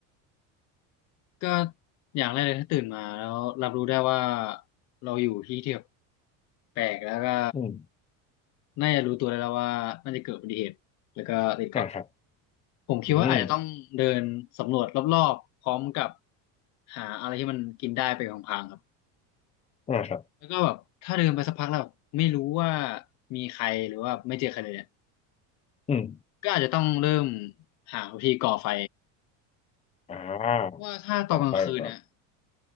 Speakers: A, on the left (about 45°); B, on the left (about 15°).
A: ก็อย่างแรกเลยถ้าตื่นมาแล้วรับรู้ได้ว่าเราอยู่ที่ที่แบบแปลกแล้วก็
B: อืม
A: น่าจะรู้ตัวได้แล้วว่าน่าจะเกิดอุบัติเหตุแล้วก็ติดเกาะ
B: อ่าครับ
A: ผมคิดว่าอาจจะต้องเดินสำรวจรอบๆพร้อมกับ
B: อืม
A: หาอะไรที่มันกินได้ไปของพลางๆครับ
B: อ่าครับ
A: แล้วก็แบบถ้าเดินไปสักพักแล้วแบบไม่รู้ว่ามีใครหรือว่าไม่เจอใครเลยเนี่ย
B: อืม
A: ก็อาจจะต้องเริ่มหาวิธีก่อไฟ
B: อ่าขอไปก่อน
A: ว่าถ้าตอนกลางคืนเนี่ย